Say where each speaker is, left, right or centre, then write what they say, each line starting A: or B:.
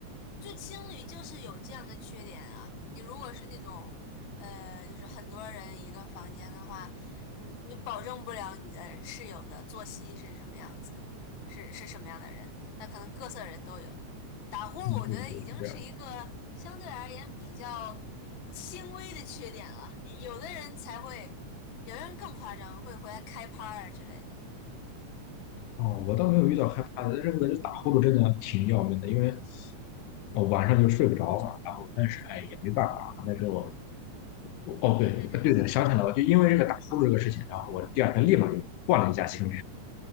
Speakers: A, on the left; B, on the left.
A: 就青旅就是有这样的缺点啊。你如果是那种，呃，就是很多人一个房间的话，你你保证不了你的室友的作息是什么样子，是是什么样的人，那可能各色人都有。打呼，噜，
B: 嗯，
A: 我觉得已经是一个相对而言比较轻微的缺点了，
B: 对对，是这样。
A: 有的人才会，有的人更夸张，会回来开趴啊之类的。
B: 哦，我倒没有遇到害怕的，但是我感觉打呼噜真的挺要命的，因为我晚上就睡不着嘛。然后，但是哎，也没办法。但是我，我哦对，
A: 嗯。
B: 对的，想起来了，就因为这个打呼噜这个事情，然后我第二天立马就换了一家签证。